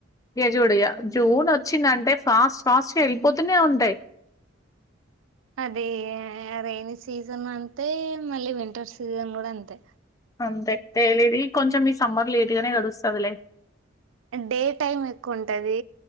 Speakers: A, on the left (about 15°); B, on the right (about 75°).
A: ఇగ జూడిగా జూన్ వచ్చిందంటే ఫాస్ట్ ఫాస్ట్ గా వెళ్ళిపోతూనే ఉంటాయి
B: అది రైనీ సీజన్ అంతే మళ్ళీ వింటర్ సీజన్ కూడా అంతే
A: అంతే తెేలిదు కొంచెం ఈ సమ్మర్ లేట్ గానే గడుస్తుందిలే
B: డే టైమ్ ఎక్కువ ఉంటది